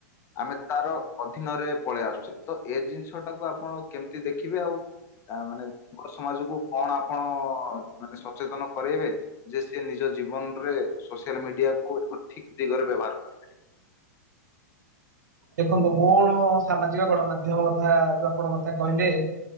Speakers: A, on the left; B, on the right.
A: ଆମେ ତାର ଅଧୀନରେ ପଳେଇ ଆସୁଛେ ତ ଏ ଜିନିଷ ଟାକୁ ଆପଣ କେମିତି ଦେଖିବେ ଆଉ ଆ ମାନେ ଯୁବ ସମାଜକୁ କଣ ଆପଣ ମାନେ ସଚେତନ କରେଇବେ। ଯେ ସେ ନିଜ ଜୀବନରେ ସୋସିଆଲ ମିଡିଆକୁ ଏକ ଠିକ ଦିଗରେ ବ୍ୟବହାର କରେ।
B: ଦେଖନ୍ତୁ ମୁଁ ସାମାଜିକ ଗଣମାଧ୍ୟମ କଥା ଯୋଉ ଆପଣ କଥା କହିଲେ